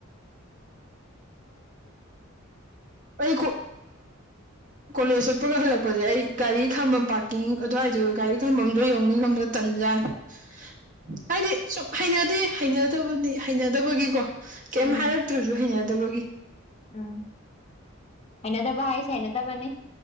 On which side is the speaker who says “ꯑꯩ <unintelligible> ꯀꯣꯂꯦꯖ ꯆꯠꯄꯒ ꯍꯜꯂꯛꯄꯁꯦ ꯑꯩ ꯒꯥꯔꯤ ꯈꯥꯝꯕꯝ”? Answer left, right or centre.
Right